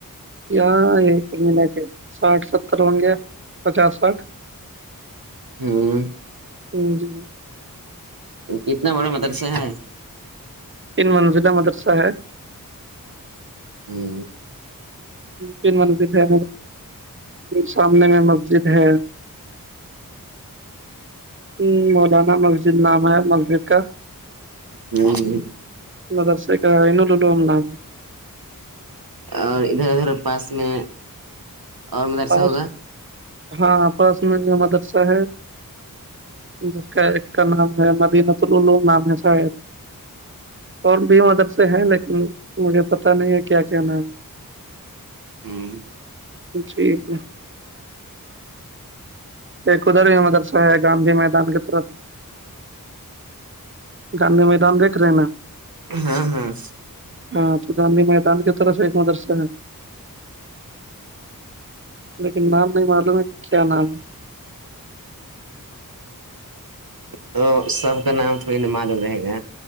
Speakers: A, on the right (about 35°); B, on the right (about 80°).
A: یا یہی کرمی ل کے ساٹھ ستر بن گیا پچاس ساٹھ
B: ہاں
A: ج جی
B: کتنا بڑا مدرسہ ہے
A: انن منزلہ مدرسہ ہے
B: ہوں
A: تن منزد ہے سامنے میں مسجد ہے ہ مولانا مسجد نام ہے مسجد کا
B: ہی
A: م دس ایکوں ل لوون لام ہے
B: اور ادھر ادھر پاس میں اور مدرسہ
A: پاس
B: ہوگا
A: ہاں پاس میں مدرسہ ہے جس کا ایک کا نام ہے مدینۃ العلوم نام ہے شاید اور بھی ادر سے ہیں لیکن مجھے پتا نہیں ہے کیا کیا نام ہے
B: ہوں
A: ٹھیک ہے ایک خدر ہی مدرسہ ہے گاندھی میدان کے طرت گاندھی میدان دیکھ رہے ہیں نا
B: ہاں ہاں
A: ہاں تو گاندھی میدان کی طرف ایک مدرسہ ہے لیکن نام نہیں معلوم ہے کہ کیا نام ہے
B: تو سب کا نام تھڑی نا معلوم رہے گا